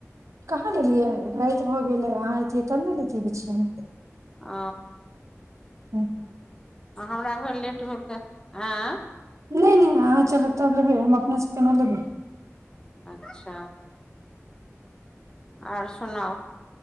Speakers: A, on the right; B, on the left.
A: कहाँ लेलियै राति भऽ गेलै अहाँ अतियै तब ने लैतियै बिछिया
B: ओ
A: ह्म
B: आ हमरा भेल लेट भेल तऽ एं
A: नय नय अहाँ चलब तब लेबै हम अपनेसँ केना लेबै
B: अच्छा आओर सुनाउ